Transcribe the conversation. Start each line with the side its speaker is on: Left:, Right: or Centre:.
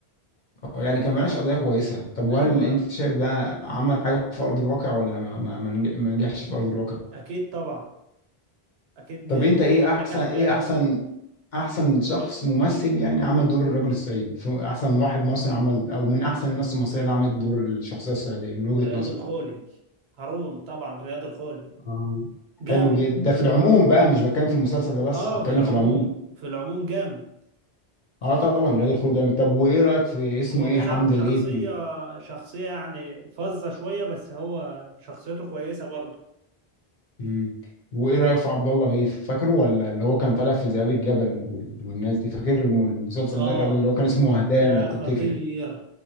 Left: يعني كان ملهاش قضية كويسة طب وهل
Right: ايوه
Left: انت شايف ده عمل حاجة في أرض الواقع ولا ما ما ما نج- ما نجحش في أرض الواقع
Right: اكيد طبعا اكيد
Left: طب
Right: ن-
Left: انت ايه
Right: نجح
Left: احسن
Right: نجاح
Left: ايه
Right: باهر
Left: احسن احسن شخص ممثل يعني عمل دور الرجل الصعيدي في احسن واحد مصري عمل او من احسن الناس المصرية اللي عملت دور الشخصية الصعيدية من وجهة
Right: رياض
Left: نظرك
Right: الخولي هارون طبعا رياض الخولي
Left: آه.
Right: جامد
Left: حلو جدا ده في العموم بقى مش بتكلم في المسلسل ده بس
Right: اه
Left: بتكلم
Right: في العموم
Left: في العموم
Right: في العموم جامد
Left: اه طبعا رياض الخلود جامد طب وايه رأيك في اسمه
Right: هو
Left: ايه
Right: بيظهر
Left: حمد
Right: بشخصية
Left: غيث
Right: شخصية يعني فظة شوية بس هو شخصيته كويسة برضه
Left: مم. وايه رايك في عبد الله غيث فاكره ولا اللي هو كان طالع في ذئاب الجبل وال- والناس دي فاكر المسلسل
Right: اه
Left: ده الراجل اللي هو كان اسمه وهدان
Right: ده
Left: لو تفتكر
Right: خطير